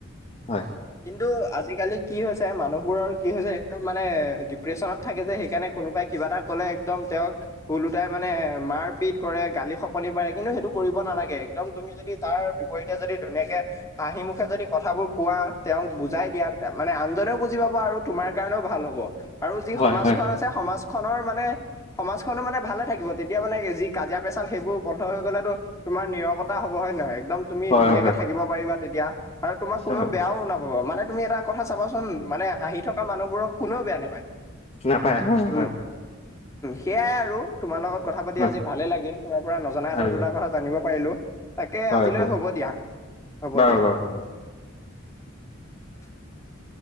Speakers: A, on the left (about 30°); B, on the left (about 15°).
A: হয়।
B: কিন্তু আজিকালি কি হৈছে মানুহবোৰৰ কি হৈছে একদম মানে ডিপ্ৰেশচনত থাকে যে সেইকাৰণে কোনোবাই কিবা এটা ক'লে একদম তেওঁক ওলোটাই মানে মাৰ পিত কৰে, গালি খপনি পাৰে। কিন্তু সেইটো কৰিব নালাগে একদম তুমি যদি তাৰ বিপৰীতে যদি ধুনীয়াকে হাঁহিমুখে যদি কথাবোৰ কোৱা। তেওঁক বুজাই দিয়া মানে আনজনেও বুজি পাব আৰু তোমাৰ কাৰণেও ভাল হব। আৰু যি
A: হয়
B: সমাজখন
A: হয়
B: আছে সমাজ খনৰ মানে সমাজখনো মানে ভালে থাকিব। তেতিয়া মানে যি কাজিয়া পেচাল সেইবোৰ বন্ধ হৈ গলে তো তোমাৰ নিৰৱতা হ'ব হয়নে নহয়। একদম তুমি
A: হয়
B: ধুনীয়াকে
A: হয়
B: থাকিব পাৰিবা তেতিয়া আৰু তোমাক কোননেও
A: হয়
B: বেয়াও না। অ মানে তুমি এটা কথা চাবাচোন মানে হাঁহি থকা মানুহবোৰক কোনেও বেয়া নাপায়।
A: নাপায় হয়, হয়,
B: উম সেয়াই আৰু তোমাৰ লগত কথা পাতি
A: হয়
B: আজি ভালেই লাগিল তোমাৰ পৰা নজনা
A: ভাল
B: এটা দুটা
A: লাগে
B: কথা জানিব পাৰিলোঁ। তাকে
A: হয়
B: আজিলৈ
A: হয়
B: হ'ব দিয়া হ'ব
A: বাৰু
B: দিয়া।
A: বাৰু হ'ব
B: <inaudible>